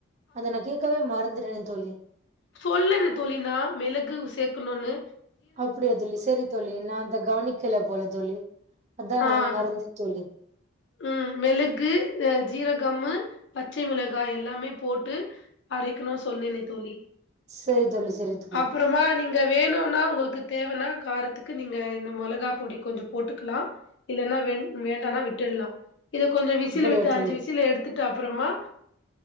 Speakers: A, on the right; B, on the left.
A: அத நா கேக்கவே மறந்துறே தோழி
B: சொல்லல தோழி நா மிளகு சேக்கணுனு
A: அப்டியா தோழி செரி தோழி நா அந்த கவனிக்கல போல தோழி அத்தா
B: ஆ
A: மறந்து தோழி
B: ம் மெளகு அ ஜீரகம்மு பச்சை மிளகாய் எல்லாமே போட்டு அரைக்கனு சொன்னனே தோழி
A: சரி தோழி சரி தோழி
B: அப்புறமா நீங்க வேணுன் னா உங்களுக்கு தேவனா காரத்துக்கு நீங்க இந்த மொளகா பொடி கொஞ்சோ போட்டுக்கலாம் இல்லன்னா வே வே வேண்டானா விட்டுடலாம் இத கொஞ்சோ விசில்
A: அப்படியா
B: விட்டு அஞ்சு
A: தோழி
B: விசில் எடுத்துட்டு டு அப்புறமா